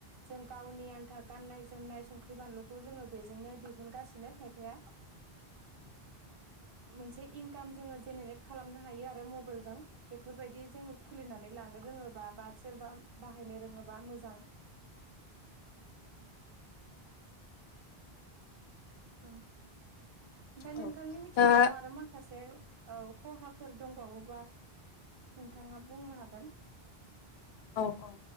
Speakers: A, on the right; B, on the left.
A: जों गावनि आन्था गाननाय जोमनाय संख्रि बानलुखौ जोङो बेजोंनो दिहुनगासिनो खायफाया।
B: <inaudible>
A: मोनसे इनकाम जोङो जेनेरेट खालामनो हायो आरो मबाइलजों बेफोरबायदि जोङो खुलिनानै लानो रोङोबा बा सोरबा बाहायनो रोङोबा मोजां। औ ओमफ्राय नोंथांनि
B: औ
A: मिथिनायाव
B: दा
A: आरो मा माखासे औ खहाफोर दंबावोबा नोंथाङा बुंनो हागोन
B: औ औ